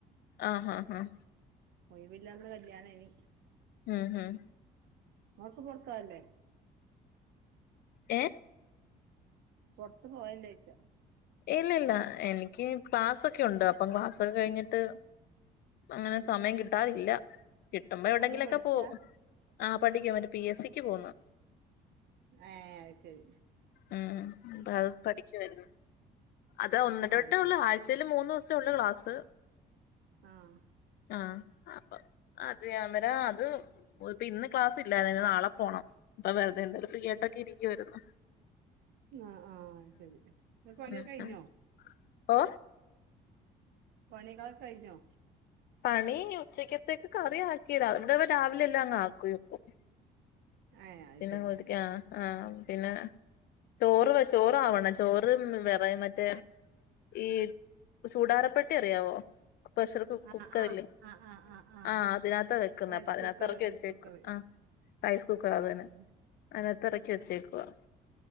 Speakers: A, on the left; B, on the right.
A: ആഹ് ആഹ് ആഹ
B: ഒഴിവില്ലാന്ന് കല്യാണേനി
A: ഹം ഹം
B: ങ്ങൾക്ക് പൊറത്തോയേല്ലേ
A: എ
B: പൊറത്ത് പോയല്ലേ ചോയ്ക്ക
A: ഇല്ല ഇല്ല എനിക്ക് ക്ലാസൊക്കെ ഉണ്ട് അപ്പം ക്ലാസ്സൊക്കെ കഴിഞ്ഞിട്ട് അങ്ങനെ സമയം കിട്ടാറില്ല കിട്ടുമ്പോ എവിടെങ്കിലൊക്കെ
B: അതെന്തേ പഠിക്കാ
A: പോവും ആ പഠിക്കാ മറ്റ പി എസ് സിക്ക് പോകുന്നു
B: ഹേ അത് ശരി
A: ഉം അപ്പൊ അത് പഠിക്കുവായിരുന്നു അത് ഒന്നിടവിട്ടേ
B: ആ അത്
A: ഉള്ളൂ
B: ശരി
A: ആഴ്ചയിൽ മൂന്ന് ദൂസം ച്ചുള്ളു ക്ലാസ്
B: ആഹ്
A: ആഹ് ആപ്പം അത് അന്നേരം അത് ഇപ്പ ഇന്ന് ക്ലാസ് ഇല്ലായിരുന്ന് നാളെ പോണം ഇപ്പ വെറുതെ എന്തായാലും ഫ്രീ ആയിട്ടൊക്കെ ഇരിക്കരുന്നു
B: ആഹ് ആഹ് അയ് ശരി <unintelligible> പണി
A: ഉം
B: കഴിഞ്ഞോ
A: ഉം ഓ
B: പണികളൊക്കെ കഴിഞ്ഞോ
A: പണി ഉച്ചക്കത്തേക്ക് കറി ആക്കീതാ ഇവിടെ രാവിലെ എല്ലാം അങ്ങ് ആക്യി വെക്കും <unintelligible>
B: ഏ അത്
A: ചന്നോതിക്കാ
B: ശരി
A: ആഹ് ആഹ് പിന്നെ ചോറ് വെച്ച് ചോറാവണം ചോറ് വേറെ മറ്റേ ഈ ചൂടാരപ്പെട്ടി അറിയാവോ പ്രഷർ കു
B: ആ
A: കുക്കർ
B: ആ
A: ഇല്ലേ
B: ആ ആ ആ ആ
A: ആഹ് അതിനാതാ വെക്കുന്നെ
B: റൈസ്
A: അപ്പ അതിനഹത്ത്
B: കുക്കറ്
A: എറക്കി
B: റൈസ്
A: വെച്ചേക്കു
B: കുക്കറ്
A: ആഹ് റൈസ് കുക്കർ
B: ആ
A: അതു തന്നെ
B: അതന്നെ
A: അത്തിനാത് എറക്കി വെച്ചേക്കുവാ